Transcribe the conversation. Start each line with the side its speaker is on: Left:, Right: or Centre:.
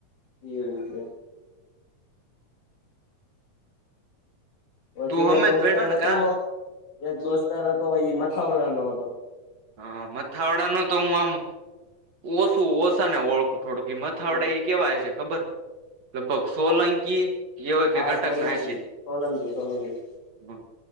Left: એવુ હૂતો. પછી
Right: તું હમે
Left: એક દોસ્તાર
Right: જ ભણ્યો ને
Left: હતો
Right: કા
Left: એક દોસ્તાર હતો એ મથાવડા નો હતો.
Right: હા મથાવડા નો તો હું આમ ઓછું ઓછા ને ઓળખુ. થોડુંક મથાવડા
Left: હમ
Right: એ કેવાય છે ખબર? લગભગ સોલંકી એવ
Left: હા
Right: કે અટક
Left: સોલંકી
Right: ના હાઇસે.
Left: સોલંકી સોલંકી
Right: હમ્મ.